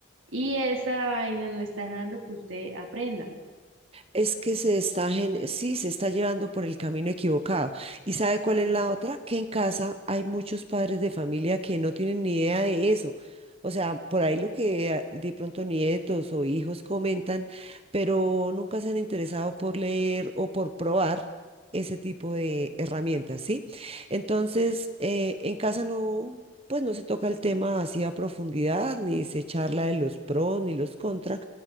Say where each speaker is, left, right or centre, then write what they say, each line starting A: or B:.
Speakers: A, on the right; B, on the right.
A: y esa vaina no está dejando que usted aprenda.
B: Es que se está, gen- sí, se está llevando por el camino equivocado. ¿Y sabe cuál es la otra? Que en casa hay muchos padres de familia que no tienen ni idea de eso. O sea, por ahí lo que ah, de pronto nietos o hijos comentan, pero nunca se han interesado por leer o por probar ese tipo de herramientas, ¿sí? Entonces, eh, en casa no, pues no se toca el tema así a profundidad, ni se charla de los pros ni los contras